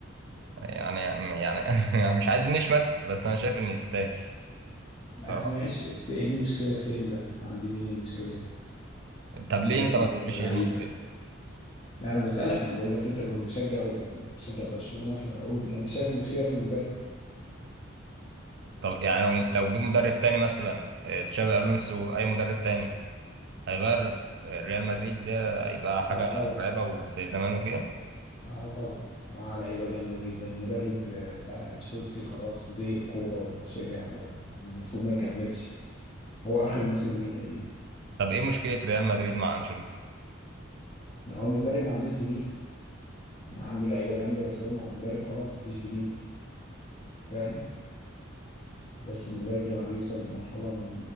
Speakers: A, on the right; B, on the left.
A: يعني يعني <laughs> مش عايز نشمت بس انا شايف ان يستاهل
B: <laughs>
A: بصراحه
B: ماشي بس إيه المشكلة فين بقى؟ عند مين المشكلة دي؟
A: طب
B: المدرب
A: ليه انت ما تقوليش
B: ولا لعيبة؟
A: ايه المشكله
B: لا انا بسألك انا بقول لك انت كنت مشجع ومشجع برشلونة فقول لي انا شايف المشكلة في المدرب
A: طب يعني لو لو جه مدرب تاني مثلا آه، تشابي الونسو اي مدرب تاني هيغير آه، ريال مدريد ده هيبقى حاجه
B: اه طبعا
A: مرعبه وزي زمان وكده
B: اه طبعا معاه لعيبة جامدة جدا المدرب آه، بتاع انشيلوتي خلاص زهق كورة وشبع والمفروض ما يكملش هو اخر موسم ليه تقريبا
A: طب ايه مشكله ريال مدريد مع انشيلوتي
B: لو هو المدرب ما عندوش جديد عنده لعيبة جامدة بس هو المدرب خلاص ما فيش جديد فاهم بس المدرب لما بيوصل لمرحلة من